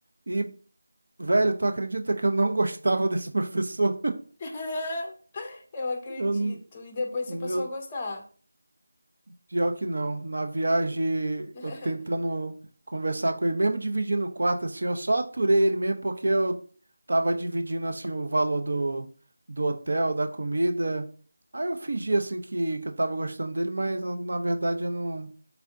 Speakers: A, on the right; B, on the left.
A: E, velho, tu acredita que eu não <laughs> gostava desse professor?
B: <laughs> Eu acredito.
A: Eu, n-
B: E depois você passou
A: eu,
B: a gostar.
A: Pior que não. Na viagem,
B: <laughs>
A: eu tentando conversar com ele, mesmo dividindo o quarto, assim, eu só aturei ele mesmo porque eu tava dividindo, assim, o valor do, do hotel, da comida. Aí eu fingi, assim, que, que eu tava gostando dele, mas na, na verdade eu não